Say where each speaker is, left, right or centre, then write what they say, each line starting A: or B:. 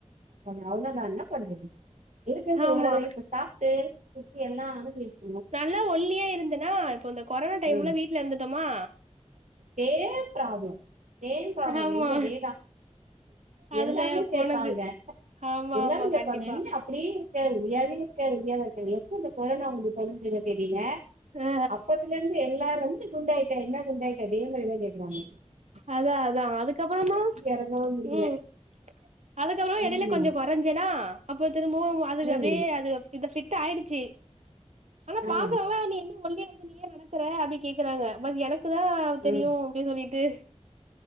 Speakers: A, on the right; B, on the right.
A: <unintelligible> அவ்ளோதா என்ன பண்றது இருக்கறது
B: ஆமா.
A: ஒரு லைஃப் சாப்ட்டு சுத்தி எல்லா அனுபச்சு
B: நல்லா ஒல்லியா இருந்தனா இப்போ இந்த கொரோனா டைம்ல
A: ம்
B: வீட்ல இந்துட்டோமா
A: சேம் பிராப்ளம். சேம் பிராப்ளம்
B: ஆமா.
A: எனக்கு அதேதா.
B: அதுல
A: எல்லாமே
B: போனது.
A: கேப்பாங்க.
B: ஆமா,
A: எல்லாரு
B: ஆமா.
A: கேப்பாங்க
B: கண்டிப்பா.
A: என்ன அப்பிடியே இருக்க ஒல்லியாவே இருக்க ஒல்லியாவே இருக்கன் எ எப்போ இந்த கொரோனா வந்து தொலஞ்சுதோ தெரில
B: அ
A: அப்போ அப்போதுலருந்து எல்லாரு வந்து குண்டாயிட்ட என்ன குண்டாயிட்ட அதே மாரிதா கேக்கறாங்க
B: அதா அதா அதுக்கப்பறமா
A: எறங்கவே முடியல
B: ம் அதுக்கப்பறமா எடையில
A: ம்
B: கொஞ்சோ குறைஞ்சன்னா அப்ப திரும்பவு அதுக்கு அப்படியே
A: ம்
B: அது இது பிட்டா ஆயிடுச்சு ஆனா
A: ஆ
B: பாக்கறவங்களா என்ன ஒல்லியா இருக்க நீ ஏன் நடக் கற அப்புடி கேக்கறாங்க பட் எனக்கு தா தெரியு
A: ம்
B: அப்புடின்னு சொல்லிட்டு